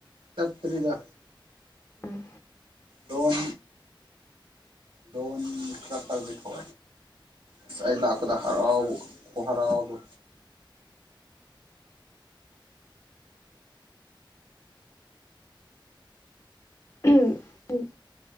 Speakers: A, on the right; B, on the left.
A: ꯆꯠꯇ꯭ꯔꯤꯗ
B: ꯎꯝ
A: ꯗꯟ ꯂꯣꯟꯣꯟ ꯀ ꯇꯔꯕꯤ ꯊꯦ ꯑꯁ ꯑꯩ ꯂꯥꯛꯄꯗ ꯍꯔꯥꯎ ꯐ ꯍꯔꯑꯣꯗ
B: ꯎꯝ ꯎꯝ